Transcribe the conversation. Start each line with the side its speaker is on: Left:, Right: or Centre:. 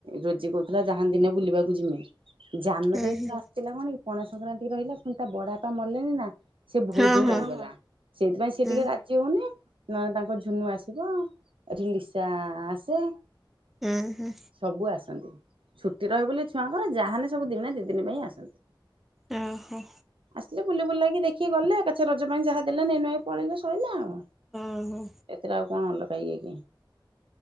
Right: ରୋଜି କହୁଥି ଲା ଯାହାନ୍ ଦିନେ ବୁଲିବାକୁ ଯିମି। ଯାନ
Centre: ହୁଁ
Right: ଦେଇ
Centre: ହୁଁ
Right: ଥରେ ଆସିଥିଲା କଣ କି, ପଣା ସଂକ୍ରାନ୍ତି ରହିଲା ପୁଣି ତା ବଡାପା ମଲେନି ନା ସେ ବହୁତ
Centre: ହଁ
Right: ଦିନ
Centre: ହଁ
Right: ରହିଗଲା। ସେଇଥିପାଇଁ ସେ
Centre: ହୁଁ
Right: ଟିକେ ରା ଯିବ ନି ନହେଲେ ତାଙ୍କ ଝୁନୁ ଆସିବ ଏଠି ଲିସା ଆସେ।
Centre: ହୁଁ ହୁଁ।
Right: ସବୁ ଆସନ୍ତି ଛୁଟି ରହେ ବୋଲି ଛୁଆଙ୍କର ଯାହାନେ ସବୁ ଦିନେ ଦି ଦିନ ପାଇଁ ଆସନ୍ତି।
Centre: ଓହୋ।
Right: ହେ ବୁଲି ବୁଲାକି ଦେଖିକି ଗଲେ ଏକାଛେ ରଜ ପାଇଁ ଯାହା ଦେଲେ ନେଇ ନୁଆ କି ପଳେଇଲେ ସଇଲା ଆଉ।
Centre: ଉଁ ହୁଁ।
Right: ଏଥିରେ ଆଉ କଣ ଅଲଗା ଇଏ କି,